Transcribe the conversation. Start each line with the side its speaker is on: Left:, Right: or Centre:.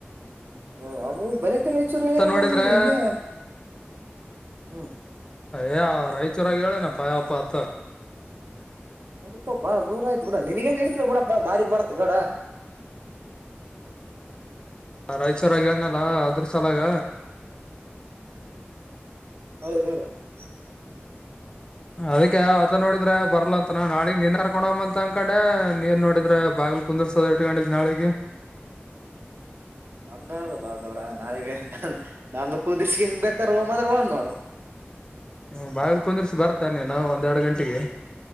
Right: ಅ ಅವು ಬರ ರಾಯಚೂರುಲ್ಲ
Left: ನೋಡಿದ್ರೆ
Right: ಇಲ್ಲೇ ಹ್ಮ
Left: ಯ ರಾಯಚೂರಾಗಿ ಹೇಳೇನ ಪಾಯಪ್ಪ ಅತ್ತ
Right: ನಡಪ ಬಾಳ ದೂರ ಆಯ್ತು ಬಿಡ ನನ್ಗ ಏನ್ ನೆಡತಿ ಬಿಡಪ್ಪ ಬಾಡಿಗಿ ಬರ್ತ ಗೌಡ
Left: ಹ ರಾಯಚೂರಗ ಏನಲ್ಲ ಅದ್ರ ಸಲಾಗ
Right: <unintelligible>
Left: ಅದಕ್ಕೆ ಆತ ನೋಡಿದ್ರೆ ಬರ್ಲಾ ಅಂತನ ನಾಳಿಗ್ ನೀನ್ ಕರ್ಕೊಂಡ ಅಂತ ಅನ್ಕೊಂಡೆ ನೀನ್ ನೋಡಿದ್ರ ಬ ಆ ಕುಂದರ್ಸೋದ ಇಟ್ಕೊಂಡಿದ್ದ್ ನಾಳಿಗಿ.
Right: ನಂದ ಅಲ್ಲ ಗೋಡ ನಾಳಿಗೆ ನಂದ್ ಕುಂದ್ರಿಸಿ ಬೇಕಾದ ಹೋಮ್ ಆದ್ರೆ ಹೋಮ್ ನೋಡ್
Left: ಹ್ಮ ಬಾಗಿಲ್ ಕುಂದ್ರಿಸಿ ಬರ್ತಾನೆ ನಾ ಒಂದೆರಡು ಗಂಟೆಗೆ